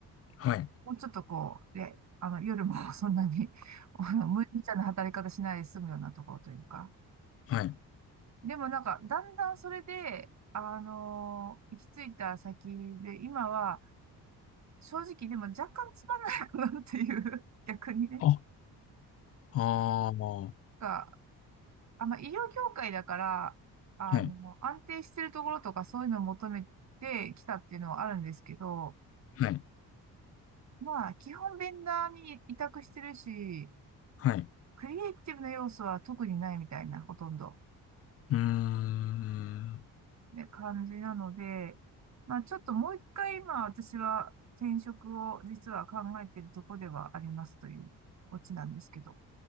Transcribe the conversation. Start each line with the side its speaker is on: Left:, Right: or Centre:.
Left: はい、
Right: もうちょっとこう、で、あの、夜も <laughs> そんなに、あの、無理ちゃんな働き方しないで済むようなところというか。
Left: はい、
Right: でもなんか、だんだんそれで、あのー行き着いた先で、今は、正直でも若干つまんないなっていう、<laughs> 逆にね。
Left: <laughs> あ、ああ、は
Right: なんか、あんま医療業界だから、あの、
Left: い、
Right: 安定してるところとかそういうのを求めてきたっていうのはあるんですけど、
Left: はい。
Right: まあ、基本ベンダーに委託してるし、
Left: はい。う
Right: クリエイティブな要素は特にないみたいな、ほとんど。
Left: ーん。
Right: ね、感じなので、まあちょっともう一回今私は転職を実は考えているところではありますというオチなんですけど。